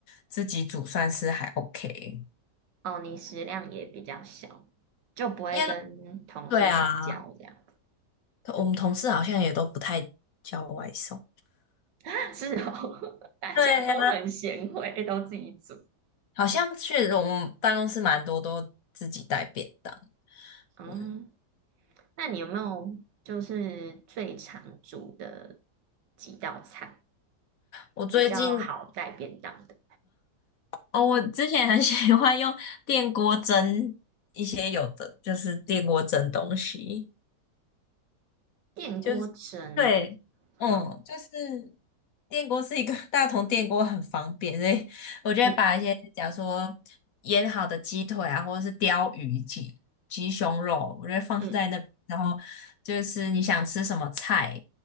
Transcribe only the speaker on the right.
哦，你食量也比较小，就不会跟同事一起叫这样。
<laughs> 是哦，<laughs> 大家都很贤惠，
都自己煮。
嗯，
那你有没有就是最常煮的几道菜
比较好带便当的？
电锅蒸哦，
好，
嗯
嗯。